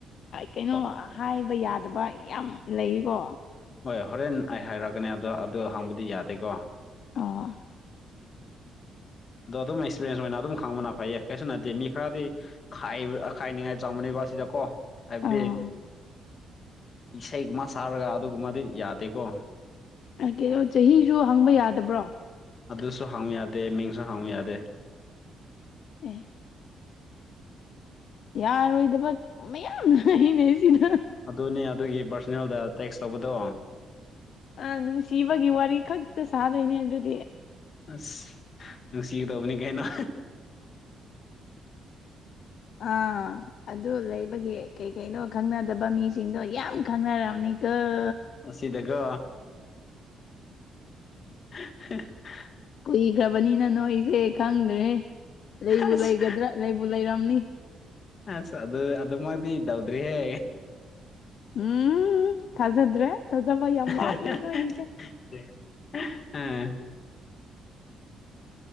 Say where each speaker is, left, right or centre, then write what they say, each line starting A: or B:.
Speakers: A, on the left; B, on the left.
A: ꯀꯩꯅꯣ
B: ꯍꯣꯏ
A: ꯍꯥꯏꯕ ꯌꯥꯗꯕ ꯌꯥꯝ ꯂꯩꯀꯣ
B: ꯍꯣꯏ ꯍꯣꯔꯦꯟ ꯑꯩ ꯍꯥꯏꯔꯛꯑꯀꯅꯤ ꯑꯗꯣ ꯑꯗꯣ ꯍꯥꯡꯕꯗꯤ ꯌꯥꯗꯦꯀꯣ
A: ꯑꯣ
B: ꯑꯗꯣ ꯑꯗꯨꯝ ꯑꯦꯛꯁꯄꯤꯔꯦꯟꯁ ꯑꯣꯏꯅ ꯑꯗꯨꯝ ꯈꯪꯕꯅ ꯐꯩꯌꯦ ꯀꯩꯁꯨ ꯅꯠꯇꯦ ꯃꯤ ꯈꯔꯗꯤ ꯑꯈꯥꯏꯅꯤꯉꯥꯏ ꯆꯪꯕꯅꯦꯕ ꯁꯤꯗꯀꯣ ꯍꯥꯏꯕꯗꯤ
A: ꯑꯥ
B: ꯏꯁꯩꯒꯨꯝꯕ ꯁꯔꯒ ꯑꯗꯨꯒꯨꯝꯕꯗꯤ ꯌꯥꯗꯦꯀꯣ
A: ꯀꯩꯅꯣ ꯆꯍꯤꯁꯨ ꯍꯪꯕ ꯌꯥꯗꯕ꯭ꯔꯣ
B: ꯑꯗꯨꯁꯨ ꯍꯥꯡꯉꯨ ꯌꯥꯗꯦ ꯃꯤꯡꯁꯨ ꯍꯥꯡꯉꯨ ꯌꯥꯗꯦ
A: ꯑꯦ ꯌꯥꯔꯣꯏꯗꯕ ꯃꯌꯥꯝꯅ ꯍꯅꯦꯩ ꯁꯤꯗ
B: ꯑꯗꯨꯅꯦ ꯑꯗꯨꯒꯤ ꯄꯥꯔꯁꯣꯅꯦꯜꯗ ꯇꯦꯛꯁ ꯇꯧꯕꯗꯣ
A: ꯑ ꯅꯨꯡꯁꯤꯕꯒꯤ ꯋꯥꯔꯤ ꯈꯛꯇ ꯁꯥꯗꯣꯏꯅꯦ ꯑꯗꯨꯗꯤ
B: ꯑꯁ ꯅꯨꯡꯁꯤꯒꯗꯕꯅꯤ ꯀꯩꯅꯣ
A: ꯑꯥ ꯑꯗꯨ ꯂꯩꯕꯒꯤ ꯀꯩ ꯀꯩꯅꯣ ꯈꯪꯅꯗꯕ ꯃꯤꯁꯤꯡꯗꯣ ꯌꯥꯝ ꯈꯪꯅꯝꯅꯤꯀꯜ
B: ꯑꯁꯤꯗꯒ ꯍ
A: ꯀꯨꯏꯈ꯭ꯔꯕꯅꯤꯅ ꯅꯣꯏꯁꯦ ꯈꯪꯗ꯭ꯔꯦ ꯂꯩꯕꯨ
B: ꯑꯁ
A: ꯂꯩꯒꯗ꯭ꯔꯥ ꯂꯩꯕꯨ ꯂꯩꯔꯝꯅꯤ
B: ꯑꯁ ꯑꯗꯨ ꯑꯗꯨꯃꯗꯤ ꯏꯗꯧꯗ꯭ꯔꯤꯍꯦ
A: ꯎꯝ ꯊꯥꯖꯗ꯭ꯔꯦ ꯊꯥꯖꯕ ꯌꯥꯝ
B: <unintelligible>
A: ꯋꯥꯠꯂꯤ ꯅꯣꯏꯒꯤꯁꯦ
B: ꯎꯝ